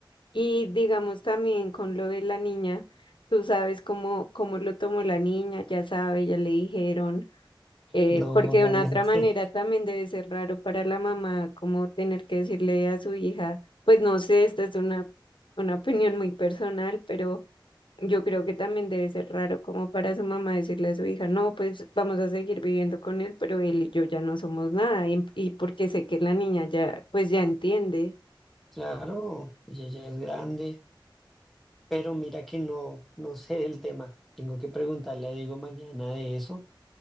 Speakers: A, on the left; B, in the centre.
A: Y digamos también con lo de la niña, tú sabes cómo, cómo lo tomó la niña, ya sabe, ya le dijeron, eh,
B: No,
A: porque
B: <laughs>
A: de una
B: realmente.
A: otra manera también debe ser raro para la mamá como tener que decirle a su hija, pues no sé, esta es una, una opinión muy personal, pero yo creo que también debe ser raro como para su mamá decirle a su hija, no, pues vamos a seguir viviendo con él, pero él y yo ya no somos nada, y, y porque sé que la niña ya, pues ya entiende.
B: Claro, ella ya es grande, pero mira que no, no sé del tema. Tengo que preguntarle a Diego mañana de eso,